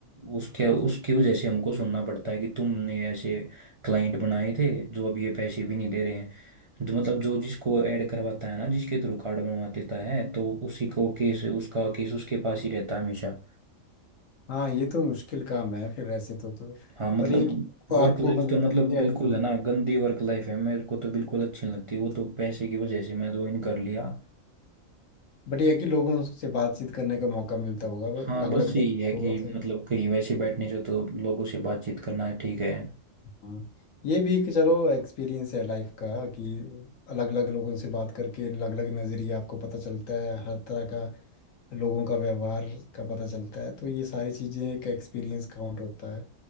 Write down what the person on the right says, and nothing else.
उसके उसकी वजह से हमको सुनना पड़ता है कि तुमने ऐसे क्लाइंट बनाए थे जो अब ये पैसे भी नहीं दे रहे हैं जो मतलब जो जिसको ऐड करवाता है ना जिसके थ्रू कार्ड बनवा देता है तो उसी को केस उसका केस उसके पास ही रहता है हमेशा
हाँ मतलब
वर्क
लाइफ
तो मतलब बिल्कुल है ना गंदी वर्क लाइफ है मेरे को तो बिल्कुल अच्छी नहीं लगती वो तो पैसे की वजह से मैं ज्वाइन कर लिया
हाँ बस
यही है कि
मतलब
कहीं वैसे बैठने से तो लोगों से बातचीत करना है ठीक है